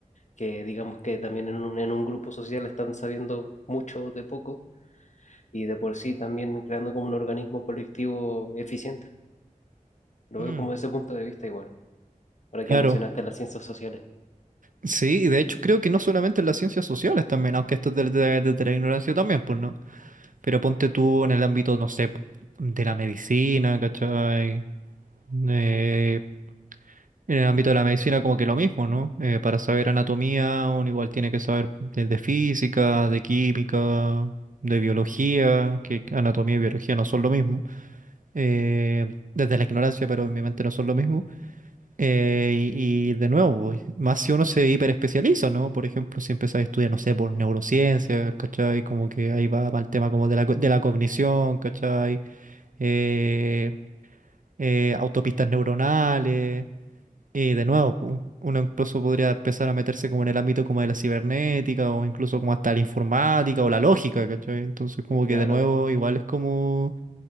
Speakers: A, on the left; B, on the right.
A: que digamos que también en un, en un grupo social están sabiendo mucho de poco y de por sí también creando como un organismo colectivo eficiente. Lo
B: Mm,
A: veo como desde ese punto de vista igual, ahora
B: Claro,
A: que mencionaste las ciencias sociales.
B: sí, y de hecho creo que no solamente en las ciencias sociales también, aunque esto es de, de- de la ignorancia también, pues no, pero ponte tú en el ámbito, no sé, po, de la medicina, ¿cachai? Eh, En el ámbito de la medicina como que lo mismo, ¿no? Eh, para saber anatomía, uno igual tiene que saber de, de física, de química, de biología, que anatomía y biología no son lo mismo. Eh, desde la ignorancia, pero obviamente no son lo mismo. Eh, y, y de nuevo, pues, más si uno se hiperespecializa, ¿no? Por ejemplo, si empiezas a estudiar, no sé, por neurociencia, ¿cachai? Como que ahí va el tema como de la, co- de la cognición, ¿cachai? Eh, eh, autopistas neuronales y de nuevo, pu, uno incluso podría empezar a meterse como en el ámbito como de la cibernética o incluso como hasta la informática o la lógica, ¿cachai? Entonces como que
A: Claro.
B: de nuevo igual es como,